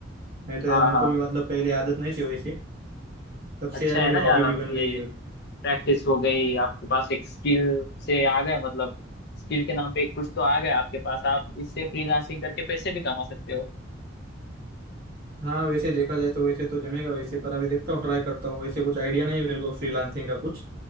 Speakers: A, on the right; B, on the left.
A: नहीं तो यार
B: हाँ
A: मेरे
B: हाँ
A: को भी मतलब पहले आदत नहीं थी वैसे तब
B: अच्छा
A: से यार
B: है
A: मेरी
B: ना
A: हॉबी
B: यार आपकी
A: भी बन गई है
B: प्रैक्टिस हो गई आपके पास एक स्किल से आ गए मतलब स्किल के नाम पे कुछ तो आ गया आपके पास आप इससे फ्रीलांसिंग करके पैसे भी कमा सकते हो
A: हाँ वैसे देखा जाए तो वैसे तो जमेगा वैसे पर अभी देखता हूँ ट्राई करता हूँ वैसे कुछ आइडिया नहीं है मेरे को फ्रीलांसिंग का कुछ